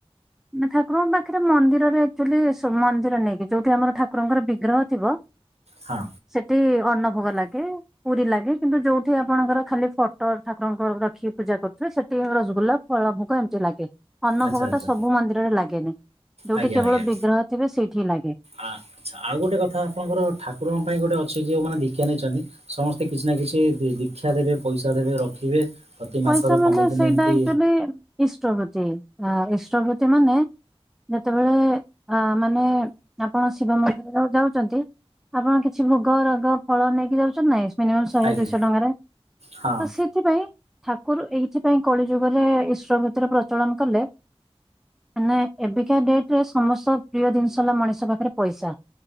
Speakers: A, in the centre; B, on the right (about 80°).
A: ନା ଠାକୁରଙ୍କ ପାଖରେ ମନ୍ଦିରରେ ଆକ୍ଚୁଆଲି ସୋ ମନ୍ଦିର ନେଇକି ଯୋଉଠି ଆମର ଠାକୁରଙ୍କର ବିଗ୍ରହ ଥିବ।
B: ହଁ।
A: ସେଠି ଅନ୍ନଭୋଗ ଲାଗେ। ପୁରୀ ଲାଗେ କିନ୍ତୁ ଯୋଉଠି ଆପଣଙ୍କର ଖାଲି ଫଟୋ ଠାକୁରଙ୍କ ର-ରଖିକି ପୂଜା କରୁଥିବେ ସେଠି ରସଗୁଲା। ଫଳ ଭୋଗ ଏମିତି ଲାଗେ। ଅନ୍ନଭୋଗ
B: ଆଚ୍ଛା ଆଚ୍ଛା
A: ଟା ସବୁ ମନ୍ଦିରରେ ଲାଗେନି ଯୋଉଠି
B: ଆଜ୍ଞା
A: କେବଳ
B: ଆଜ୍ଞା।
A: ବିଗ୍ରହ ଥିବେ ସେଇଠି ଲାଗେ।
B: ଆ ଆଚ୍ଛା ଆଉ ଗୋଟେ କଥା ଆପଣଙ୍କର ଠାକୁରଙ୍କ ପାଇଁ ଗୋଟେ ଅଛି ଯେଉମାନେ ଦିକ୍ଷା ନେଇଛନ୍ତି। ସମସ୍ତେ କିଛି ନା କିଛି ଦି-ଦିକ୍ଷା ଦେବେ ପଇସା ଦେବେ ରଖିବେ। ପ୍ରତି ମାସରେ
A: ପଇସା ମାନେ
B: ପନ୍ଦର ଦିନ
A: ସେଇଟା
B: ଏମିତି
A: ଅକ୍ଚୂଆଲି ଇଷ୍ଟବୃତି ଆ ଇଷ୍ଟବୃତି ମାନେ। ଯେତେବେଳେ ଆ ମାନେ ଆପଣ ଶିବ ମନ୍ଦିର ଯା-ଯାଉଛନ୍ତି। ଆପଣ କିଛି ଭୋଗ ରାଗ ଫଳ ନେଇକି ଯାଉଛ ନାଇ ମିନିମମ ଶହେ
B: ଆଜ୍ଞା
A: ଦୁଇଶହ ଟଙ୍କାରେ
B: ହଁ
A: ତ ସେଥିପାଇଁ। ଠାକୁର ଏଇଥିପାଇଁ କଳି ଯୁଗରେ ଇଷ୍ଟବୃତିର ପ୍ରଚଳନ କଲେ। ମାନେ ଏବେକା ଡେଟରେ ସମସ୍ତ ପ୍ରିୟ ଜିନିଷ ହେଲା ମଣିଷ ପାଖରେ ପଇସା।